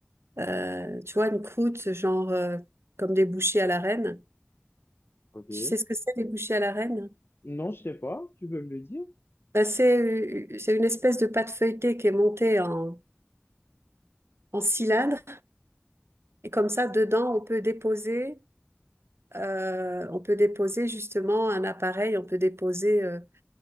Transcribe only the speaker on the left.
OK.
Non, je sais pas. Tu peux me le dire?